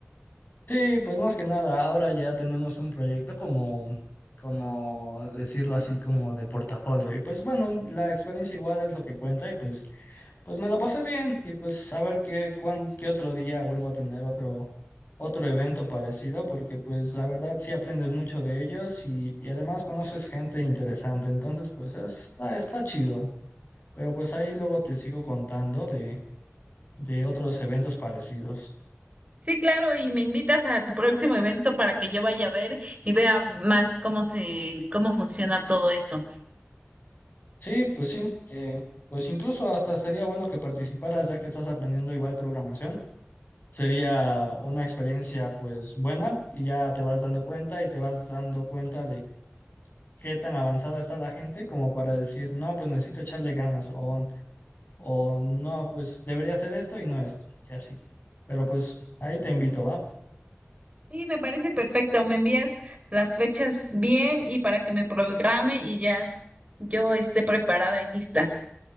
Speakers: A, on the left; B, on the right.
A: Sí, pues más que nada, ahora ya tenemos un proyecto como, como decirlo así, como de portafolio. Y pues bueno, la experiencia igual es lo que cuenta y pues, pues me lo pasé bien y pues a ver qué, cuán- qué otro día vuelvo a tener otro, otro evento parecido porque pues la verdad sí aprendes mucho de ellos y, y además conoces gente interesante. Entonces pues está, está chido. Pero pues ahí luego te sigo contando de, de otros eventos parecidos.
B: Sí, claro, y me invitas a tu próximo evento para que yo vaya a ver y vea más cómo se, cómo funciona todo eso.
A: Sí, pues sí. eh, pues incluso hasta sería bueno que participaras ya que estás aprendiendo igual programación. Sería una experiencia pues buena y ya te vas dando cuenta y te vas dando cuenta de qué tan avanzada está la gente como para decir, no, pues necesito echarle ganas o, o no, pues debería hacer esto y no esto y así. Pero pues ahí te invito, ¿va?
B: Sí, me parece perfecto. Me envías las fechas bien y para que me programe y ya yo esté preparada y lista.